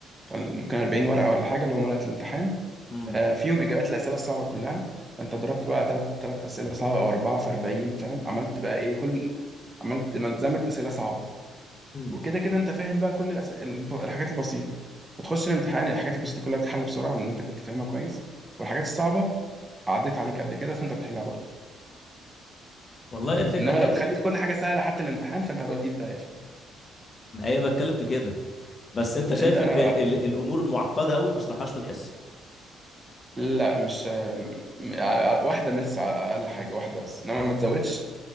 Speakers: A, on the right (about 25°); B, on the left (about 40°).
A: ممكن 40 ورقه ولا حاجه اللي هم ورقه الامتحان
B: امم
A: آه، فيهم اجابات الاسئله الصعبه كلها فانت ضربت بقى ثلاث ثلاث اسئله صعبه او اربعه في 40 فاهم عملت بقى ايه كل عملت ملزمه اسئله صعبه
B: امم
A: وكده كده انت فاهم بقى كل الأس... الب- الحاجات البسيطه فتخش الامتحان الحاجات البسيطه كلها بتتحل بسرعه لان انت كنت فاهمها كويس والحاجات الصعبه عديت عليك قبل كده فانت بتحلها برضه
B: والله هي فكره
A: انما
B: حلوه
A: لو تخلي كل حاجه سهله حتى الامتحان فانت هتوديه في داهيه فاهم؟
B: ما هي بتكلم في كده بس انت شايف
A: لان انت انا
B: ان ال- الامور المعقده قوي ما اشرحهاش في الحصه
A: لا مش آه، م- ع- ع- واحدة مس على أقل حاجة واحدة بس إنما ما تزودش